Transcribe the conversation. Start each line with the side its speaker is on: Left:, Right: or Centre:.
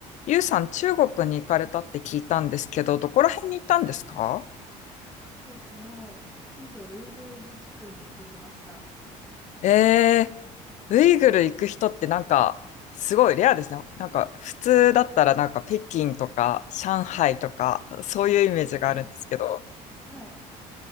Left: ゆうさん、中国に行かれたって聞いたんですけど、どこら辺に行ったんですか
Centre: 中国の新疆ウイグル自治区に行ってきました。
Left: えー、ウイグル行く人ってなんか、すごいレアですね。なんか、普通だったらなんか北京とか上海とか、そういうイメージがあるんですけど、
Centre: そうですね。はい。